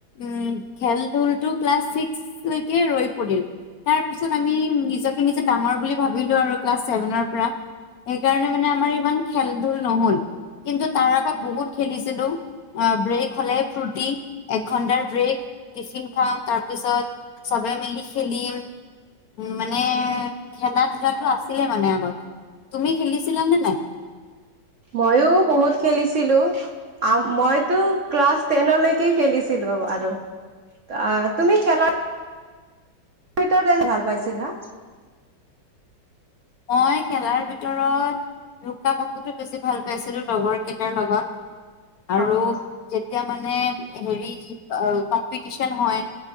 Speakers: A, on the left; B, on the right.
A: উম খেল ধুলটো ক্লাছ ছিক্স লকে ৰৈ পৰিল তাৰ পিছত আমি নিজকে নিজে ডাঙৰ বুলি ভাবিলো আৰু ক্লাছ চেছেভেনৰ পৰা সেইকাৰণে মানে আমাৰ ইমান খেল ধল নহ'ল কিন্তু তাৰ আগত বহুত খেলিছিলো অ ব্ৰেক হলে ফুৰ্তি একঘন্টাৰ ব্ৰেক টিফিন খাম তাৰপিছত চবে মিলি খেলিম উ মানে খেলা ধূলাটো আছিলে মানে আগত তুমি খেলিছিলা নে নাই?
B: ময়ো বহুত খেলিছিলো মইতো ক্লাছ টেনলৈকে খেলিছিলো আৰু। অ তুমি খেলা ভিতৰ তেল ভাল পাইছিল হা
A: মই খেলাৰ ভিতৰত লোকা ভাকুতো বেছি ভাল পাইছিলো লগৰ কেইটাৰ লগত আৰু
B: অ।
A: যেতিয়া মানে হেৰি কম্পিটিচন হয়